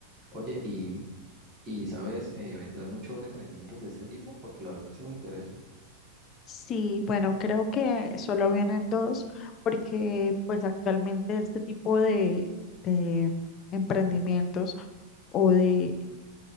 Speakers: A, on the right; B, on the left.
A: Oye, y y sabes, Eh, vendrán muchos emprendimientos de este tipo porque la verdad sí me interesa.
B: Sí, bueno, creo que solo vienen dos porque pues actualmente este tipo de, de emprendimientos o de